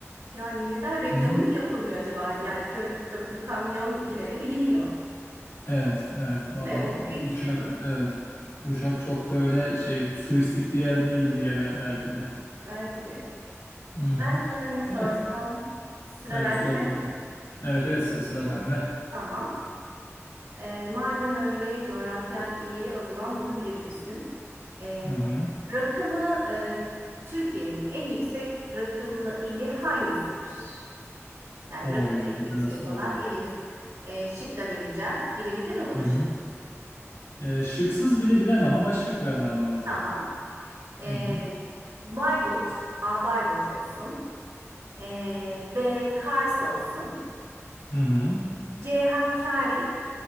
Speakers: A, on the right; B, on the left.
A: yani neden reklamı
B: Hı
A: mı yapılmıyor acaba? Yani kö köprülü kamyon yine de biliniyor.
B: Evet, evet. Valla
A: Ve Ulubey'i
B: U-
A: hiç
B: Uşak,
A: duymadım.
B: evet. Uşak çok böyle şey turistik bir yer değil diye be- belki de.
A: Belki de.
B: Hı hı.
A: Ben sana ne sorsam?
B: Evet.
A: Sıra
B: Haydi
A: bende
B: sor
A: mi?
B: bakalım. Evet, evet sı- sıra sende.
A: Tamam. E, madem öyle coğrafyan iyi o zaman bunu bilebilirsin. E,
B: Hı hı.
A: rakımı e, Türkiye'nin en yüksek rakımlı ili hangisidir? Yani
B: Oy,
A: rakım
B: güzel
A: en yüksek
B: soru.
A: olan ilimiz. E, şık da vereceğim. Bilebildin mi bunu
B: Hı hı.
A: şık?
B: Ee, şıksız bile bilemem ama şık vermen lazım.
A: Tamam. E,
B: Hı hı.
A: Bayburt, A Bayburt olsun. E, B Kars olsun.
B: Hı hı.
A: C Hakkari,